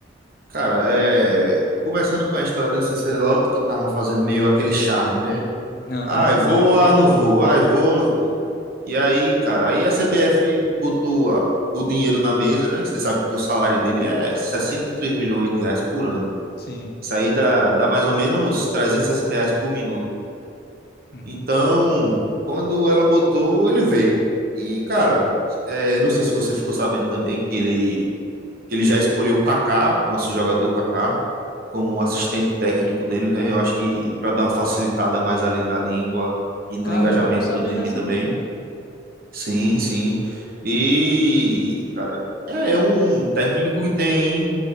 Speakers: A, on the right; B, on the left.
A: Cara, é. Começando com a história do Ancelotti, que tava fazendo meio aquele charme, né?
B: Aham,
A: Ah, eu vou,
B: Ah, vou
A: ah, não
B: ou não
A: vou.
B: vou?
A: ah, eu vou, não vou. E aí, cara, aí a CBF botou a- o dinheiro na mesa, né? Você sabe que o salário dele é 63 milhões de reais por ano.
B: Sim.
A: Isso aí dá, dá mais ou menos 360 reais por minuto.
B: Uhum.
A: Então, quando ela botou, ele veio. E, cara, é, não sei se você ficou sabendo também que ele, que ele já escolheu o Kaká, nosso jogador Kaká, como um assistente técnico dele, né? Eu acho que para dar uma facilitada mais ali na língua e no
B: Caramba,
A: engajamento
B: não sabia
A: do time
B: dessa
A: também.
B: não, velho.
A: Sim, sim. E, cara, é um técnico que tem